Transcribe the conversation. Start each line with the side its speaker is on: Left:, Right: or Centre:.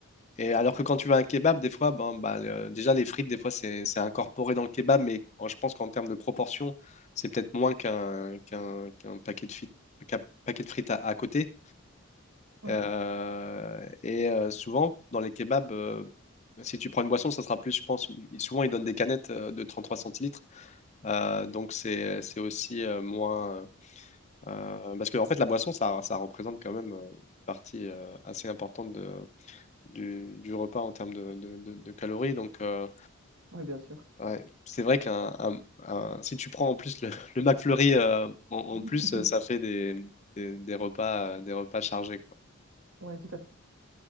Left: et alors que quand tu vas à un kebab, des fois, bon, bah, le- déjà, les frites, des fois, c'est, c'est incorporé dans le kebab, mais en- je pense qu'en termes de proportion, c'est peut-être moins qu'un qu'un, qu'un paquet de frites, qu'un paquet de frites à à côté.
Right: Ouais.
Left: Euh, et euh, souvent, dans les kebabs, euh, si tu prends une boisson, ça sera plus, je pense. une- ils- Souvent, ils donnent des canettes euh, de trois centilitres. Euh, donc, c'est, c'est aussi euh, moins. euh, euh, parce que, en fait, la boisson, ça, ça représente quand même euh, une partie euh, assez importante de, du, du repas en termes de, de- de- de calories. Donc, euh,
Right: ouais bien sûr.
Left: ouais, c'est vrai qu'un, un- un- si tu prends en plus le, <laughs> le McFlurry euh, en, en
Right: <laughs>
Left: plus, ça fait des, des, des repas, euh, des repas chargés, quoi.
Right: ouais tout à fait.